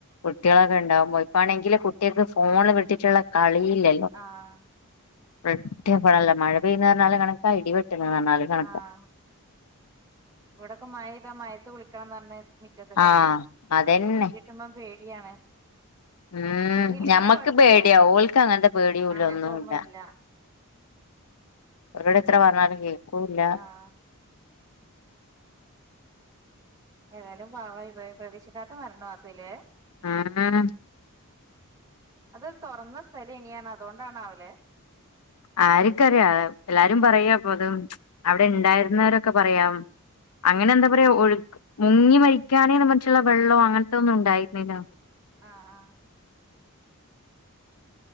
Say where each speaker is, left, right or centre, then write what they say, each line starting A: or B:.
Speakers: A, on the left (about 80°); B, on the right (about 15°).
A: കുട്ടികളൊക്കെ ഉണ്ടാവുമ്പോ ഇപ്പാണെങ്കില് കുട്ടികൾക്ക് ഫോണ് വിട്ടിട്ടുള്ള കളിയില്ല
B: ആഹ്
A: <unintelligible> മഴ പെയ്യന്ന് പറഞ്ഞാല് കണക്കാ ഇടി വെട്ടണന്ന് പറഞ്ഞാല് കണക്കാ
B: ആഹ് ഇവിടൊക്കെ മഴ പെയ്താ മഴയത്ത് കുളിക്കണംന്ന് പറഞ്ഞ് മുറ്റത്തേക്ക്
A: ആഹ്
B: ഇറങ്ങും
A: അതന്നെ
B: ഇടി വെട്ട് മ്പം പേടിയാണ്
A: ഉം
B: ഇടിയില്ലെങ്കി
A: ഞമ്മക്ക്
B: കൊഴപ്പല്ല
A: പേടിയാ ഓൽ ക്ക് അങ്ങനത്തെ പേടിയുമില്ല
B: അങ്ങനത്തെ
A: ഒന്നുമില്ല
B: ഒന്നുല്ല
A: അവരോട് എത്ര പറഞ്ഞാലും കേൾക്കൂല്ല
B: ആഹ് ഏതായാലും പാവമായ് പോയ് പ്രതീക്ഷിക്കാത്ത മരണ വാർത്ത ഇല്ലേ
A: ഉം ഉം
B: അത് തുറന്ന സ്ഥലം നി പറഞ്ഞ് അതുകൊണ്ടാണ്ല്ലേ
A: ആർക്കറിയാം എല്ലാരും പറയാപ്പം ഇത് അവിടെ ഉണ്ടായിരുന്നവരൊക്കെ പറയാം അങ്ങനെ
B: ആഹ്
A: എന്താ പറയാ ഒഴുക്ക് മുങ്ങി മരിക്കാനേ മറ്റുള്ള വെള്ളമോ അങ്ങനത്തെ ഒന്നും ഉണ്ടായിരുന്നില്ല
B: ആഹ് ആഹ്